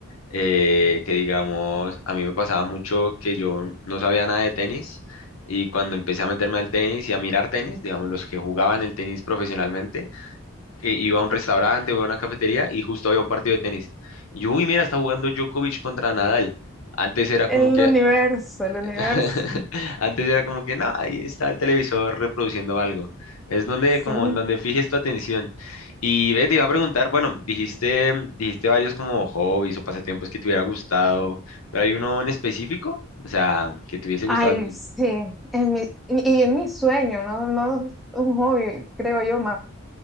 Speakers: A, on the left; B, in the centre.
A: eh, que digamos, a mí me pasaba mucho que yo no sabía nada de tenis y cuando empecé a meterme al tenis y a mirar tenis, digamos, los que jugaban el tenis profesionalmente, eh, iba a un restaurante, iba a una cafetería y justo había un partido de tenis. Y yo, uy, mira, está jugando Djokovic contra Nadal. Antes era
B: El
A: como que,
B: universo, el
A: <laughs>
B: universo,
A: Antes era como que no, ahí está el televisor reproduciendo algo. Es donde
B: sí.
A: como en donde fijes tu atención. Y ve, te iba a preguntar, bueno, dijiste, dijiste varios como hobbies o pasatiempos que te hubiera gustado, pero hay uno en específico, o sea, que te hubiese
B: Ay,
A: gustado.
B: sí, en mi, y en mi sueño, ¿no? no un hobby, creo yo, más